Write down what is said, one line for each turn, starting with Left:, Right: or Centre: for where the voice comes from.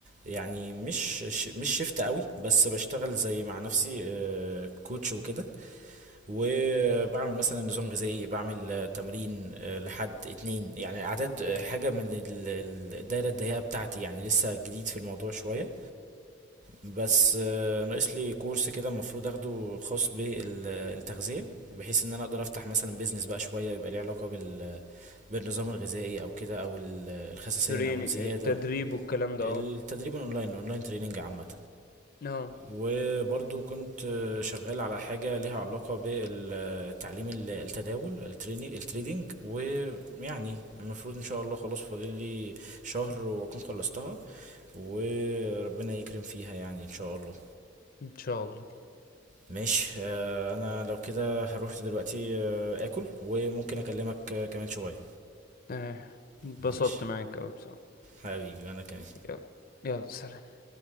Right: يعني مش ش- مش شيفت قوي بس بشتغل زي مع نفسي آه، كوتش وكده وبعمل مثلا نظام غذائي بعمل آه، تمرين آه، لحد اتنين يعني اعداد آه، حاجه من ال- ال- الدايره الضيقه بتاعتي يعني لسه جديد في الموضوع شويه بس آه، ناقص لي كورس كده المفروض اخده خاص بالتغذية بحيث ان انا اقدر افتح مثلا بيزنس بقى شوية يبقى ليه علاقة بال بالنظام الغذائي او كده او ال- الخسسان
Left: تريني
Right: او الزيادة
Left: التدريب والكلام ده
Right: التدريب
Left: اه
Right: الاونلاين الاونلاين تريننج عامة
Left: اه
Right: وبرضو كنت آه، شغال على حاجة ليها علاقة بالتعليم التداول التريني التريدينج ويعني المفروض ان شاء الله خلاص فاضل لي شهر واكون خلصتها وربنا يكرم فيها يعني ان شاء الله
Left: ان شاء الله
Right: ماشي آه، انا لو كده هروح دلوقتي آه، اكل وممكن اكلمك آه، كمان شوية
Left: اه اتبسطت
Right: ماشي
Left: معاك اوي بصراحة
Right: حبيبي انا كمان
Left: يلا يلا سلام